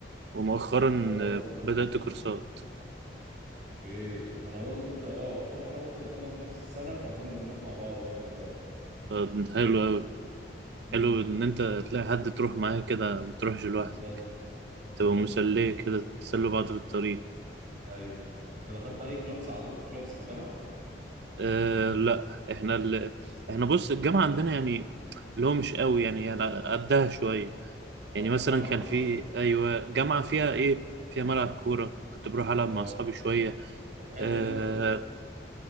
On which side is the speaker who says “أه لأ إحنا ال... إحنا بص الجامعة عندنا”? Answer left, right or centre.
Right